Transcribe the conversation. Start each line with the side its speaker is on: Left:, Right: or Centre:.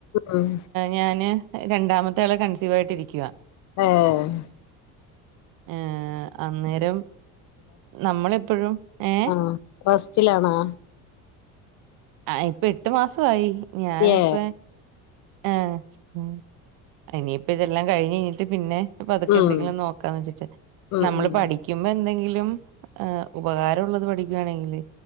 Left: ഉം
Right: ഞാന് രണ്ടാമത്തെ ആള് കൺസീവായിട്ടിരിക്ക.
Left: ഉം
Right: ഏഹ് ഏഹ് അന്നേരം നമ്മളിപ്പഴും ഏഹ്
Left: ആഹ് റസ്റ്റിലാണോ
Right: ആഹ് ഇപ്പ എട്ടു മാസ്വായി. ഞാനിപ്പ
Left: ഏ
Right: ആഹ് ഉം ഇനിയിപ്പയിതെല്ലാം കഴിഞ്ഞ് കഴിഞ്ഞിട്ട് പിന്നെ. പതുക്കെ
Left: ഉം
Right: എന്തെങ്കിലും നോക്കാന്ന് വെച്ചിട്ട്.
Left: ഉം
Right: നമ്മെള്
Left: ഉം
Right: പഠിക്കുമ്പെ എന്തെങ്കിലും. ഏഹ് ഉപകാര ഉള്ളത് പഠിക്ക്വാണെങ്കിലേ